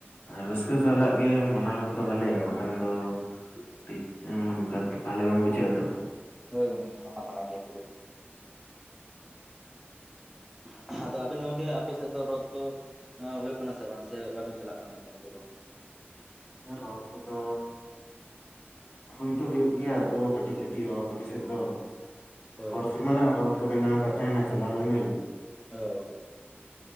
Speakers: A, on the left (about 50°); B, in the centre.
A: ᱨᱟᱹᱥᱠᱟᱹ ᱥᱟᱞᱟᱜ ᱜᱮ ᱢᱟᱞᱟᱝ ᱠᱚᱫᱚ ᱵᱷᱟᱞᱮᱭᱟ ᱵᱟᱠᱷᱟᱱ ᱫᱚ ᱴᱤᱡ ᱟᱸ ᱚᱱᱠᱟ ᱵᱷᱟᱞᱮ ᱵᱟᱝ ᱵᱩᱡᱷᱟᱹᱜᱼᱟ ᱛᱚ
B: ᱦᱳᱭ ᱜᱚᱢᱠᱮ ᱱᱚᱣᱟ ᱜᱮᱭᱟ <unintelligible> ᱚᱫᱚ ᱟᱵᱮᱱ ᱜᱚᱢᱠᱮ ᱟᱯᱮ ᱥᱮᱫ ᱫᱚ ᱨᱚᱛ ᱛᱚ ᱦᱳᱭᱳᱜ ᱠᱟᱱᱟ ᱥᱮ ᱵᱟᱝ ᱥᱮ ᱵᱟᱵᱤᱱ ᱪᱟᱞᱟᱜ ᱠᱟᱱᱟ ᱧᱮᱞ ᱠᱚᱫᱚ
A: ᱟᱪᱪᱷᱟ ᱨᱚᱛ ᱠᱚᱫᱚ ᱦᱩᱭ ᱫᱚ ᱦᱩᱭᱩᱜ ᱜᱮᱭᱟ ᱟᱫᱚ ᱠᱟᱹᱴᱤᱡ ᱠᱟᱹᱴᱤᱡ ᱨᱚᱛ ᱟᱞᱮ ᱥᱮᱫ ᱫᱚ
B: ᱦᱳᱭ
A: ᱦᱚᱲ
B: ᱦᱳᱭ
A: ᱥᱚᱢᱟᱱᱟᱜ ᱨᱚᱛ ᱠᱚ ᱵᱮᱱᱟᱣ ᱠᱟᱫ ᱛᱟᱦᱮᱱᱟ ᱪᱟᱞᱟᱣ ᱞᱤᱱᱟᱹᱧ
B: ᱚᱻ